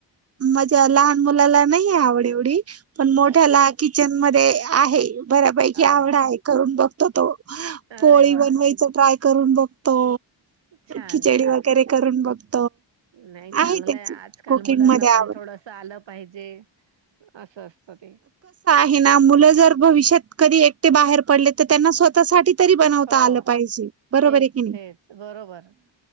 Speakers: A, on the right; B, on the right.
A: माझ्या लहान मुलाला नाही आवड एवढी पण मोठ्याला
B: अच्छा
A: किचन मध्ये आहे बऱ्यापैकी
B: अरे
A: आवडा आहे करून बघतो तो
B: अरे
A: पोळी
B: वा
A: बनवायचा ट्राय करून बघतो,
B: छान
A: खिचडी
B: छान.
A: वगैरे करून बघतो.
B: नाही चांगलंय
A: आहे त्याची
B: आजकाल
A: कुकिंग
B: मुलांना
A: मध्ये आवड
B: पण थोडस आलं पाहिजे अस असत ते.
A: मुल जर भविष्यात कधी एकटे बाहेर पडले तर त्यांना स्वतःसाठी तरी बनवता
B: हो
A: आलं पाहिजे बरोबर
B: तेच
A: आहे की नाही.
B: तेच बरोबर